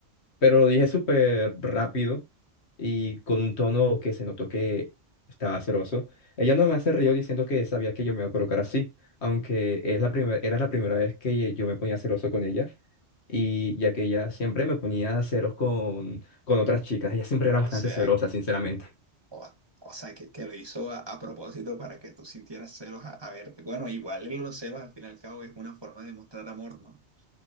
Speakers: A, on the left; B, on the right.
A: Pero lo dije súper rápido y con un tono que se notó que estaba celoso. Ella no me hace río diciendo que sabía que yo me iba a colocar así, aunque es la primer- era la primera vez que yo me ponía celoso con ella. Y ya que ella siempre me ponía celos con, con otras chicas, ella siempre era
B: O
A: bastante
B: sea,
A: celosa, sinceramente.
B: O, o sea, que, que lo hizo a, a propósito para que tú sintieras celos a, a ver. Bueno, igual en los celos al fin y al cabo es una forma de mostrar amor, ¿no?